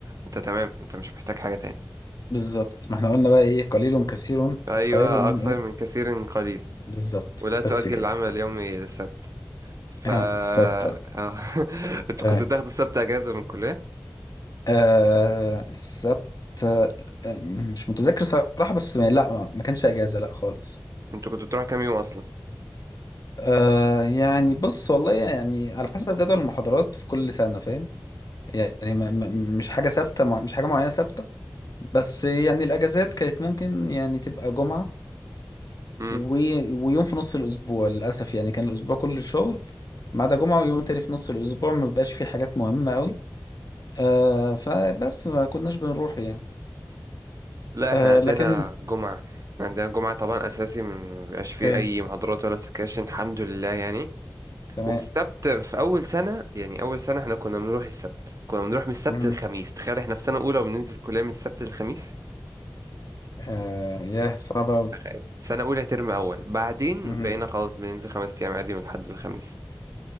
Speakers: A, on the right; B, on the left.
A: انت تمام انت مش محتاج حاجة تاني
B: بالظبط ما احنا قلنا بقى ايه قليل كثير
A: ايوه
B: خير من
A: اكثر
B: ايه
A: من كثير قليل
B: بالظبط
A: ولا تؤجل
B: بس كده
A: العمل اليومي للسبت ف
B: آه
A: أه.
B: السبت آه،
A: <laughs> انتوا
B: تمام
A: كنتوا بتاخدوا السبت اجازة من الكلية
B: آه السبت آه مش متذكر صراحة بس ما لا ما كانش اجازة لا خالص
A: انتوا كنتوا بتروحوا كام يوم اصلا
B: آه يعني بص والله يعني على حسب جدول المحاضرات في كل سنة فاهم يعني ما ما- مش حاجة ثابتة مع- مش حاجة معينة ثابتة بس يعني الأجازات كانت ممكن يعني تبقى جمعة
A: امم
B: و... ويوم في نص الأسبوع للأسف يعني كان الأسبوع كله شغل ما عدا جمعة ويوم تاني في نص الأسبوع ما بيبقاش فيه حاجات مهمة أوي آه فبس ما كناش بنروح يعني
A: لا احنا
B: آه
A: عندنا
B: لكن
A: جمعة إحنا عندنا جمعة طبعا أساسي ما بيبقاش
B: اوكي
A: فيه أي محاضرات ولا سكاشن الحمد لله يعني
B: تمام
A: والسبت في أول سنة يعني أول سنة احنا كنا بنروح السبت كنا بنروح من السبت
B: مهم.
A: للخميس تخيل احنا في سنة أولى وبننزل كلية من السبت للخميس
B: آه ياه صعب أوي
A: تخيل سنة أولى ترم أول بعدين
B: مهم.
A: بقينا خلاص بننزل خمس أيام عادي من الحد للخميس